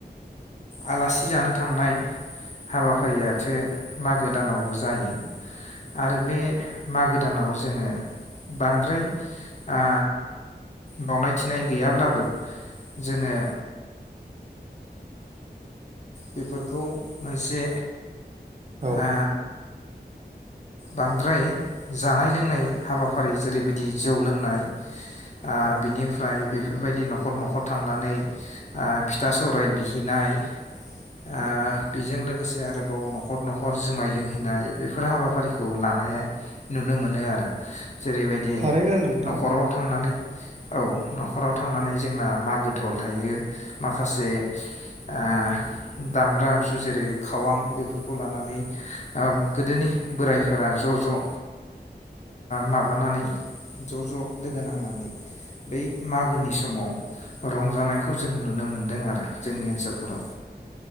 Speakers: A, on the left; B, on the right.
A: आलासि जानो थांनाय हाबाफारिया थो मागो दानावबो जायो आरो बे मागो दानाव जोङो बांद्राय आ बावनाय थिनाय गैयाब्लाबो जोङो बेफोरखौ मोनसे
B: औ
A: ओ बांद्राय जानाय लोंनाय हाबाफारि जेरैबायदि जौ लोंनाय ओ
B: औ
A: बिनिफ्राय बेफ बेफोरबायदि न'खर न'खर थांनानै ओ फिथा सौराय बिहैनाय ओ बेजों लोगोसे आरोबाव न'खर न'खर जुमाय लोंहैनाय बेफोर हाबाफारिखौ लानाया नुनो मोनो आरो जेरैबायदि
B: थारैनो नोंथां
A: न'खराव थांनानै औ न'खराव थांनानै जोंना मागो थाल थायो माखासे ओ दामग्रा आगजु जेरै खावां बेफोरखौ लानानै ओ गोदोनि बोराइफोरा ज' ज' ओ माबानानै ज' ज' लोगो नांनानै बै मागोनि समाव रंजानायखौ जों नुनो मोनदों आरो जोंनि ओनसोलफोराव।